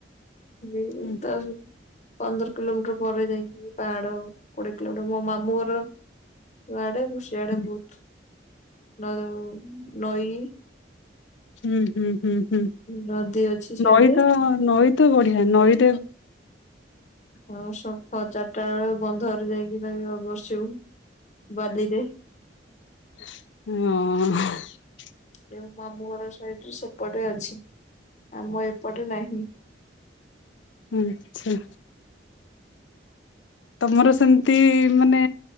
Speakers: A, on the left; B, on the left.
A: <unintelligible>
B: ହୁଁ
A: ପନ୍ଦର କିଲୋମିଟର ପରେ ଯାଇଁକି ପାହାଡ କୋଡିଏ କିଲୋମିଟର ମୋ ମାମୁ ଘର ଲୋ ଆଡେ ବୁଷ ସାଡେ
B: ହୁଁ
A: ବହୁତ ନଦ ନଈ
B: ହୁଁ ହୁଁ ହୁଁ ହୁଁ
A: ନଦୀ ଅଛି ସିଆଡେ
B: ନଈ ତ ନଈ ତ ବଢିଆ ନଈ
A: ହଁ ସକାଳ ଚାରଟା ବେଳେ ବନ୍ଧରେ ଯାଇଁକି ନା ବସିବୁ ବାଲିରେ
B: ନାଆଁ
A: ଯେ ମାମୁଁ ଘର ସାଇଡ ସେପଟେ ଅଛି। ଆମ ଏପଟେ ନାହିଁ।
B: ହୁଁ ହୁଁ। ତମର ସେମିତି ମାନେ